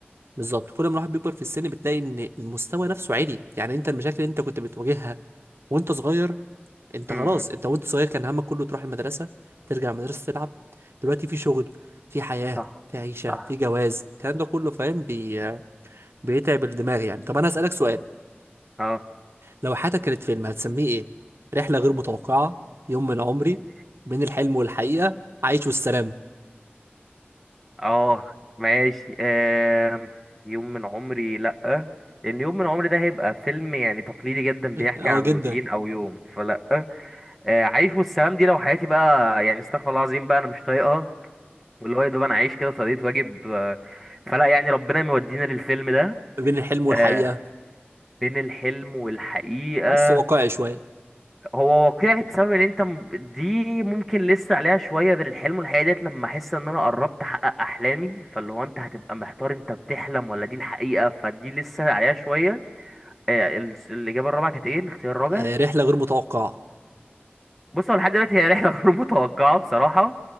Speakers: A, on the right; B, in the centre.
A: بالظبط كل ما الواحد بيكبر في السن بتلاقي ان المستوى نفسه عالي يعني انت المشاكل اللي انت كنت بتواجهها وانت صغير انت
B: امم
A: خلاص انت وانت صغير كان همك كله تروح المدرسة ترجع المدرسة تلعب دلوقتي في شغل في حياة
B: صح
A: في عيشة
B: صح
A: في جواز الكلام ده كله فاهم بي... بيتعب الدماغ يعني طب انا هسألك سؤال
B: اه
A: لو حياتك كانت فيلم هتسميه ايه رحلة غير متوقعة يوم من عمري
B: ماشي
A: بين الحلم والحقيقة عايش والسلام
B: اه ماشي آم، يوم من عمري لأ لأن يوم من عمري ده هيبقى فيلم يعني تقليدي جدا
A: <laughs>
B: بيحكي
A: اه
B: عن
A: جدا
B: روتين أو يوم فلأ آه، عيش والسلام دي لو حياتي بقى يعني استغفر الله العظيم بقى أنا مش طايقها واللي هو يا دوب أنا عايش كده طريقة واجب آه، فلأ يعني ربنا مودينا للفيلم ده
A: بين الحلم والحقيقة
B: آه، بين الحلم والحقيقة
A: حاسه واقعي شوية
B: هو واقعي بسبب ان انت م- دي ممكن لسه عليها شويه بين الحلم والحقيقه ديت لما احس ان انا قربت احقق احلامي فاللي هو انت هتبقى محتار انت بتحلم ولا دي الحقيقه فدي لسه عليها شويه آه، ال- الاجابه الرابعه كانت ايه الاختيار الرابع
A: آه رحلة غير متوقعة
B: بص هو لحد دلوقتي هي رحله <laughs> غير متوقعه بصراحه